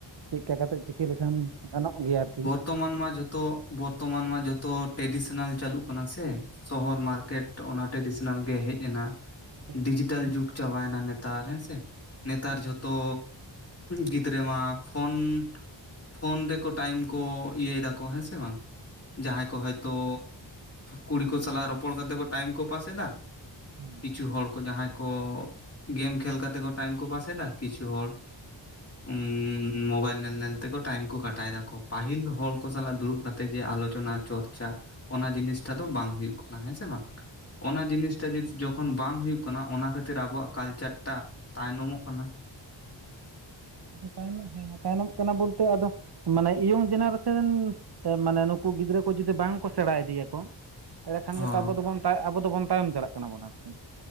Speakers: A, on the right; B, on the left.
A: ᱪᱮᱜᱠᱟ ᱠᱟᱛᱮ ᱪᱤ ᱠᱟᱹ ᱞᱮᱠᱷᱟᱱ ᱜᱟᱱᱚᱜ ᱜᱮᱭᱟ ᱟᱨᱠᱤ
B: ᱛᱚ ᱢᱟᱱ ᱢᱟ ᱡᱷᱚᱛᱚ ᱵᱚᱨᱛᱚᱢᱟᱱ ᱢᱟ ᱡᱷᱚᱛᱚ ᱴᱮᱰᱤᱥᱚᱱᱟᱞ ᱪᱟᱹᱞᱩᱜ ᱠᱟᱱᱟ ᱥᱮ ᱥᱚᱦᱚᱨ ᱢᱟᱨᱠᱮᱴ ᱚᱱᱟ ᱴᱮᱰᱤᱥᱚᱱᱟᱞ ᱜᱮ ᱦᱮᱡ ᱮᱱᱟ
A: ᱦᱮᱸ
B: ᱰᱤᱡᱤᱴᱟᱞ
A: ᱟᱨᱠᱤ
B: ᱡᱩᱜᱽ ᱪᱟᱵᱟᱭᱮᱱᱟ ᱱᱮᱛᱟᱨ ᱦᱮᱸᱥᱮ ᱱᱮᱛᱟᱨ ᱡᱷᱚᱛᱚ ᱜᱤᱫᱽᱨᱟᱹ ᱢᱟ ᱯᱷᱳᱱ ᱯᱷᱳᱱ ᱨᱮᱠᱚ ᱴᱟᱭᱤᱢ ᱠᱚ ᱤᱭᱟᱹᱭ ᱫᱟᱠᱚ ᱦᱮᱸ ᱥᱮ ᱵᱟᱝ ᱡᱟᱦᱟᱸᱭ ᱠᱚ ᱦᱚᱭᱛᱚ ᱠᱩᱲᱤ ᱠᱚ ᱥᱟᱞᱟᱜ ᱨᱚᱯᱚᱲ ᱠᱟᱛᱮᱜ ᱠᱚ ᱴᱟᱭᱤᱢ ᱠᱚ ᱯᱟᱥᱮᱫᱟ᱾
A: ᱦᱩᱸ
B: ᱠᱤᱪᱷᱩ ᱦᱚᱲ ᱠᱚ ᱡᱟᱦᱟᱸᱭ ᱠᱚ ᱜᱮᱢ ᱠᱷᱮᱞ ᱠᱟᱛᱮ ᱠᱚ ᱴᱟᱭᱤᱢ ᱠᱚ ᱯᱟᱥ ᱮᱫᱟ, ᱠᱤᱪᱷᱩ ᱦᱚᱲ ᱩᱸᱻ ᱢᱳᱵᱟᱭᱤᱞ ᱧᱮᱞ ᱧᱮᱞ ᱛᱮᱠᱚ ᱴᱟᱭᱤᱢ ᱠᱚ ᱠᱟᱴᱟᱭ ᱫᱟᱠᱚ ᱯᱟᱹᱦᱤᱞ ᱦᱚᱲ ᱠᱚ ᱥᱟᱞᱟᱜ ᱫᱩᱲᱩᱵ ᱠᱟᱛᱮ ᱛᱮ ᱡᱮ ᱟᱞᱳᱪᱚᱱᱟ ᱪᱚᱨᱪᱟ ᱚᱱᱟ ᱡᱤᱱᱤᱥᱴᱟ ᱫᱚ ᱵᱟᱝ ᱦᱩᱭᱩᱜ ᱠᱟᱱᱟ ᱦᱮᱸ ᱥᱮ ᱵᱟᱝ, ᱚᱱᱟ ᱡᱤᱱᱤᱥᱴ ᱡᱩ ᱡᱚᱠᱷᱚᱱ ᱵᱟᱝ ᱦᱩᱭᱩᱜ ᱠᱟᱱᱟ ᱚᱱᱟ ᱠᱷᱟᱹᱛᱤᱨ ᱟᱵᱚᱣᱟᱜ ᱠᱟᱞᱪᱟᱨ ᱴᱟᱜ ᱛᱟᱭᱱᱚᱢᱚᱜ ᱠᱟᱱᱟ ᱾
A: ᱟᱫᱚ ᱛᱟᱭᱱᱚᱢ ᱛᱮ, ᱛᱟᱭᱱᱚᱢ ᱛᱮᱱᱟᱜ ᱵᱚᱞᱛᱮ ᱟᱫᱚ ᱢᱟᱱᱮ ᱤᱭᱚᱝ ᱡᱮᱱᱟᱨᱮᱥᱮᱱ, ᱢᱟᱱᱮ ᱱᱩᱠᱩ ᱜᱤᱫᱽᱨᱟᱹ ᱠᱚ ᱡᱩᱫᱤ ᱵᱟᱝᱠᱚ ᱥᱮᱬᱟ ᱤᱫᱤᱭᱟᱠᱚ ᱮᱸᱲᱮ ᱠᱷᱟᱱ
B: ᱦᱚᱸ
A: ᱜᱮᱛᱚ ᱟᱵᱚ ᱫᱚ ᱵᱚᱱ ᱛᱟᱭ ᱟᱵᱚ ᱫᱚᱵᱚᱱ ᱛᱟᱭᱚᱢ ᱪᱟᱞᱟᱜ ᱠᱟᱱᱟᱵᱚᱱ ᱟᱨᱠᱤ,